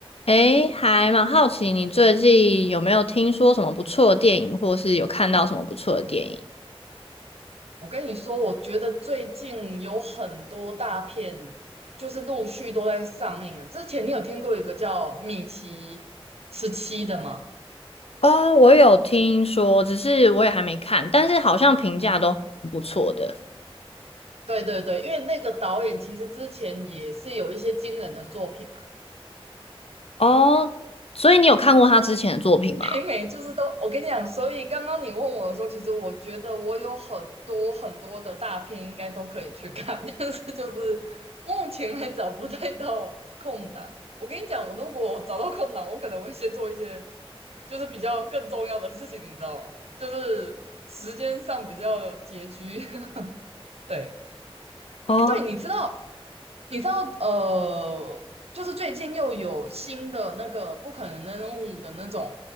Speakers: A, on the left (about 75°); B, on the right (about 80°).
A: 诶，还蛮好奇你最近有没有听说什么不错的电影，或是有看到什么不错的电影？
B: 我跟你说，我觉得最近有很多大片，就是陆续都在上映了。之前你有听过一个叫《米奇十七》的吗？
A: 哦，我有听说，只是我也还没看，但是好像评价都不错的。
B: 对对对，对，因为那个导演其实之前也是有一些惊人的作品啊，
A: 哦，所以你有看过他之前的作品吗？
B: 北美就是都，我跟你讲，所以刚刚你问我的时候，其实我觉得我有很多很多的大片应该都可以去看，<laughs> 但是就是目前还找不太到空档。我跟你讲，我如果找到空档，我可能会先做一些就是比较更重要的事情，你知道吗？就是时间上比较拮据。<laughs> 对，
A: 哦，
B: 诶，对，你知道，你知道，呃，就是最近又有新的那个不可能的任务的那种